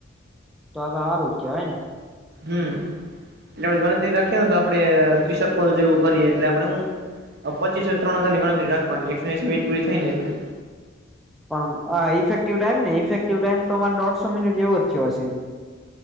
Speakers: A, in the centre; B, on the right.
A: તો તો હારું જ કહેવાય ને
B: હમ એટલે આપણે ગણતરી રાખીએ ને તો આપડે ત્રિસક્લ જેવું કરીએ એટલે આપડે હું પચીસ એ ત્રણ હજારની ગણતરી રાખવાની એકસો એસ મિનિટ પૂરી થઈ ને એટલે
A: પણ આ ઇફેક્ટિવ ટાઈમ ને ઇફેક્ટિવ ટાઈમ તો અમારે દોઢસો મિનિટ જેવો જ થયો જે હજી હ